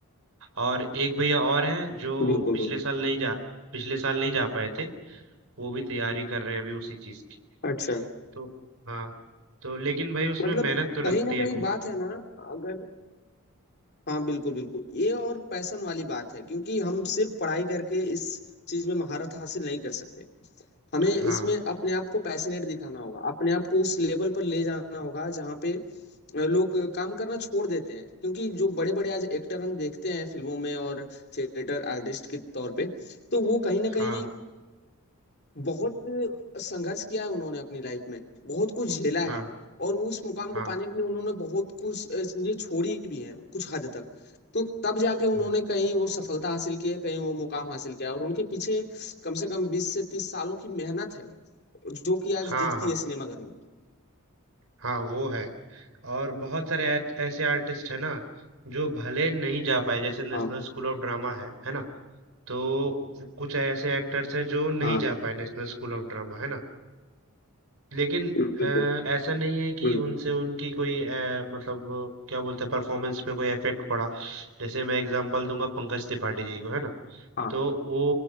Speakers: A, on the right; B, on the left.
A: और एक भैया और हैं जो
B: बिल्कुल
A: पिछले
B: बिल्कुल
A: साल नहीं जा पिछले साल नहीं जा पाए थे वो भी तैयारी कर रहे हैं अभी उसी चीज की
B: अच्छा
A: तो हाँ तो लेकिन भाई उसमें
B: मतलब
A: मेहनत तो लगती
B: कहीं ना
A: है
B: कहीं
A: खूब
B: बात है ना अगर हाँ बिल्कुल बिल्कुल ये और पैशन वाली बात है क्योंकि हम सिर्फ पढ़ाई करके इस चीज में महारत हासिल नहीं कर सकते हमें इसमें
A: हाँ
B: अपने आप को पैशनेट दिखाना होगा अपने आप को उस लेवल पर ले जाना होगा जहाँ पे अ, लोग काम करना छोड़ देते हैं क्योंकि जो बड़े बड़े आज एक्टर हम देखते हैं फिल्मों में और थिएटर आर्टिस्ट के तौर पे तो वो कहीं ना
A: हाँ
B: कहीं बहुत संघर्ष किया है उन्होंने अपनी लाइफ में बहुत कुछ झेला
A: हाँ
B: है और उस मुकाम
A: हाँ
B: को पाने के लिए उन्होंने बहुत कुछ अ, चीजें छोड़ी भी हैं कुछ हद तक तो तब जाके उन्होंने
A: हाँ
B: कहीं वो सफलता हासिल की है कहीं वो मुकाम हासिल किया है। और उनके पीछे कम से कम बीस से तीस सालों की मेहनत है वो जो कि आज
A: हाँ
B: दिखती
A: हाँ
B: है सिनेमाघरों में
A: हाँ वो है और बहुत सारे ऐ- ऐसे आर्टिस्ट है ना जो भले नहीं जा पाए जैसे नेशनल
B: हाँ
A: स्कूल ऑफ ड्रामा है है ना तो कुछ ऐसे एक्टर्स हैं जो नहीं
B: हाँ
A: जा पाए नेशनल स्कूल ऑफ ड्रामा है ना लेकिन
B: बिल्कुल
A: अ, ऐसा नहीं है कि
B: बिल्कुल
A: उनसे उनकी कोई अ, मतलब अ, क्या बोलते हैं परफॉर्मेंस पे कोई इफेक्ट पड़ा जैसे मैं एग्जांपल दूंगा पंकज त्रिपाठी जी को है ना
B: हाँ
A: तो वो